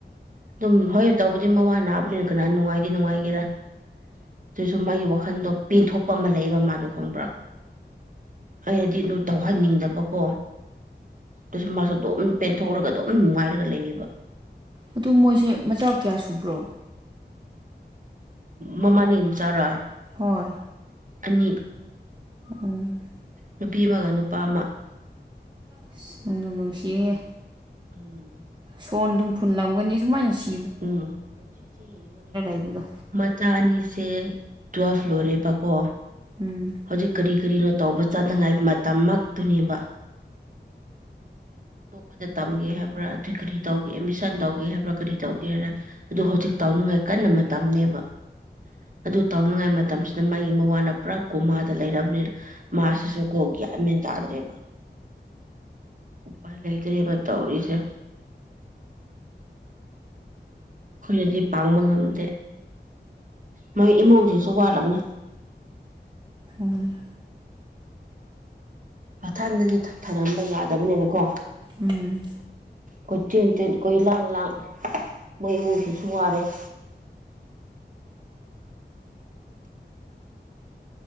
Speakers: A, on the right (about 45°); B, on the right (about 25°).
A: ꯑꯗꯨꯝ ꯍꯣꯏ ꯇꯧꯕꯗꯤ ꯃꯋꯥ ꯅꯥꯕꯅꯤꯅ ꯀꯅꯥ ꯅꯨꯡꯉꯥꯏꯗꯤ ꯅꯨꯡꯉꯥꯏꯒꯦꯔꯥ ꯑꯗꯨꯏꯁꯨ ꯃꯥꯒꯤ ꯋꯥꯈꯟꯗꯣ ꯄꯦꯟꯊꯣꯛꯄ ꯑꯃ ꯂꯩꯌꯦꯕ ꯃꯥꯗꯣ ꯈꯪꯕ꯭ꯔꯥ ꯑꯩꯅꯗꯤ ꯂꯨ ꯇꯧꯍꯟꯅꯤꯡꯗꯕꯀꯣ ꯑꯗꯨꯁꯨ ꯃꯥꯁꯨ ꯑꯗꯨꯝ ꯄꯦꯟꯊꯣꯛꯔꯒ ꯑꯗꯨꯝ ꯅꯨꯡꯉꯥꯏꯔꯒ ꯂꯩꯌꯦꯕ
B: ꯑꯗꯨ ꯃꯣꯏꯁꯦ ꯃꯆꯥ ꯀꯌꯥ ꯁꯨꯕ꯭ꯔꯣ
A: ꯃꯃꯥꯅꯤ ꯃꯆꯥꯔꯥ
B: ꯍꯣꯏ
A: ꯑꯅꯤ
B: ꯎꯝ
A: ꯅꯨꯄꯤ ꯑꯃꯒ ꯅꯨꯄꯥ ꯑꯃ
B: ꯑꯁ ꯅꯨꯡꯗꯨꯝ ꯅꯨꯡꯁꯤꯍꯦ
A: ꯎꯝ
B: ꯐꯣꯟꯗꯨꯝ ꯐꯨꯟꯂꯝꯒꯅꯤ ꯏꯁꯨꯃꯥꯏꯅꯁꯤ
A: ꯎꯝ ꯍꯧꯖꯤꯛꯁꯦ ꯌꯦꯡꯉꯨꯅꯦ
B: ꯂꯩꯕꯗꯣ
A: ꯃꯆꯥ ꯑꯅꯤꯁꯦ ꯁꯦ ꯇꯨꯋꯦꯜ ꯂꯣꯏꯔꯦꯕꯀꯣ
B: ꯎꯝ
A: ꯍꯧꯖꯤꯛ ꯀꯔꯤ ꯀꯔꯤꯅꯣ ꯇꯧꯕ ꯆꯠꯅꯉꯥꯏ ꯃꯇꯝꯃꯛꯇꯨꯅꯦꯕ ꯑꯇꯣꯞꯄꯗ ꯇꯝꯒꯦ ꯍꯥꯏꯕ꯭ꯔꯥ ꯑꯗꯨꯏ ꯀꯔꯤ ꯇꯧꯒꯦ ꯑꯦꯗꯃꯤꯁꯟ ꯇꯧꯒꯦ ꯍꯥꯏꯕ꯭ꯔꯥ ꯀꯔꯤ ꯇꯧꯒꯦꯔ ꯑꯗꯨ ꯍꯧꯖꯤꯛ ꯇꯥꯎꯅꯉꯥꯏ ꯀꯟꯅ ꯃꯇꯝꯅꯦꯕ ꯑꯗꯨ ꯇꯧꯅꯤꯡꯉꯥꯏ ꯃꯇꯝꯁꯤꯗ ꯃꯥꯒꯤ ꯃꯋꯥꯅ ꯄꯨꯔꯥ ꯀꯨꯃꯥ ꯂꯩꯔꯕꯅꯤꯅ ꯃꯥꯁꯤꯁꯨ ꯀꯣ ꯒ꯭ꯌꯥꯟ ꯃꯦꯟ ꯇꯥꯗ꯭ꯔꯦꯕ ꯎꯄꯥꯏ ꯂꯩꯇꯔꯦꯕ ꯇꯧꯔꯤꯁꯦ ꯈꯣꯏꯅꯗꯤ ꯄꯥꯡꯕ ꯉꯝꯗꯦ ꯃꯣꯏ ꯏꯃꯨꯡꯁꯤꯁꯨ ꯋꯥꯠꯂꯕꯅꯦ
B: ꯎꯝ
A: ꯃꯊꯟꯗꯗꯤ ꯊ ꯊꯝꯔꯝꯕ ꯌꯥꯗꯕꯅꯤꯅꯀꯣ
B: ꯎꯝ
A: ꯀꯣꯏ ꯆꯦꯟ ꯆꯦꯟ ꯀꯣꯏ ꯂꯥꯡ ꯂꯥꯡ ꯃꯣꯏ ꯏꯃꯨꯡꯁꯤꯁꯨ ꯋꯥꯔꯦ <unintelligible>